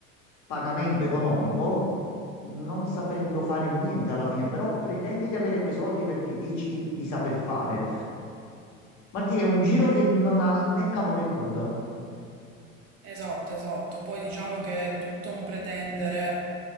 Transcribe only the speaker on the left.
pagamento economico, non sapendo
fare niente alla fine, però pretendi di avere quei soldi perché dici di saper fare. Martì, è un giro che non ha né capo né coda.